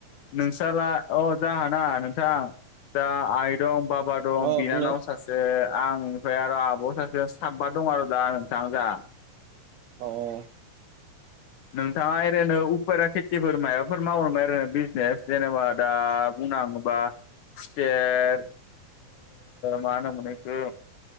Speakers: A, on the left; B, on the right.
A: नोंसाला अ जा ना नोंथां दा आय दं बा बा दं
B: अ
A: बिनानाव
B: बुंलाय
A: सासे आं ओमफ्राय आरो आब' सासेजों साब्बा दं आरो दा नोंथां दा
B: औ औ
A: नोंथाङा एरैनो उफेरा खेथिफोर माबाफोर मावांबा आरो बिजनेस जेनेबा दा बुंनाङोबा खुथेर मा होनोम मोनो बेखौ